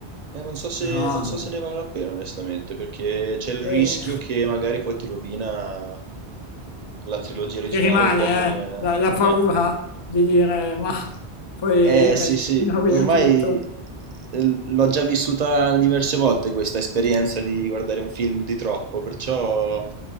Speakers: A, on the right; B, on the left.
A: Eh, non so se,
B: Però vabbè,
A: non so se ne vale la pena, onestamente, perché c'è il
B: eh,
A: rischio
B: <laughs>
A: che magari poi ti rovina la trilogia originale,
B: ti rimane
A: un po' come...
B: eh, la, la paura
A: Eh,
B: di dire, ma poi
A: eh
B: eh,
A: sì, sì,
B: mi rovina
A: ormai
B: tutto.
A: eh, l'ho già vissuta diverse volte questa esperienza di guardare un film di troppo, perciò